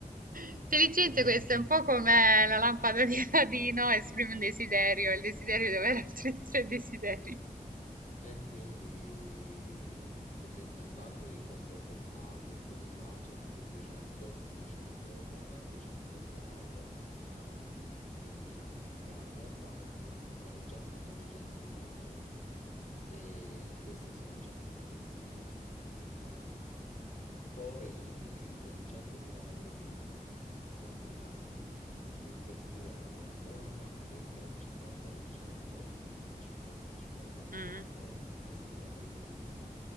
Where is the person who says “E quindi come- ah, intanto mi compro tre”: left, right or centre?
Left